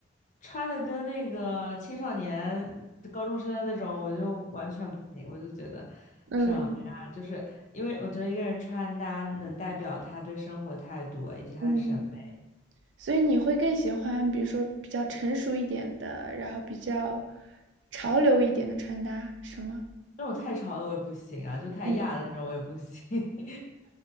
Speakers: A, on the left; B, on the right.
A: 穿的跟那个青少年、高中生那种，我就完全不行，我就觉得什么呀？
B: 嗯
A: 就是因为我觉得一个人穿搭能代表他对生活态度啊以及他的审美，
B: 嗯，所以你会更喜欢，比如说比较成熟一点的，然后比较潮流一点的穿搭，是吗？
A: 那种太潮的我也不行啊，就太亚的那种我也不行。
B: 嗯
A: <laughs>